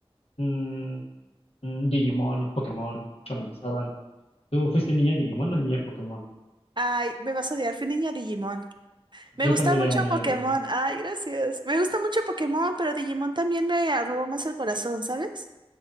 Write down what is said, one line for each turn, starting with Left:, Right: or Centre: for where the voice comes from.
Left: mm, mm, Digimon, Pokémon, cuando empezaban. ¿Tú fuiste niña Digimon o niña Pokémon?
Right: Ay, me vas a odiar, fui niña Digimon. Me
Left: Yo
Right: gusta
Left: también
Right: mucho
Left: le daría
Right: Pokémon.
Left: a Digimon.
Right: Ay, gracias. Me gusta mucho Pokémon, pero Digimon también me robó más el corazón, ¿sabes?